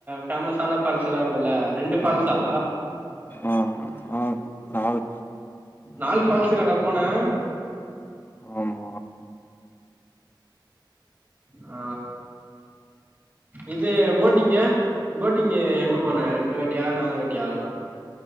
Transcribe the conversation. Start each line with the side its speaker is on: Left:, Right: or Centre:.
Right: ஃபேமஸான ஃபால்ஸ்ஸல்லா இருக்குல்ல ரெண்டு ஃபால்ஸா
Left: ஆ ஆ நாலு
Right: நாலு ஃபால்ஸுகாடா போன <inaudible>
Left: ஆமா
Right: ஆ இது போட்டிங்கு போட்டிங்கு எங்க போன ரெண்டு வாட்டியா நாலு வாட்டியா?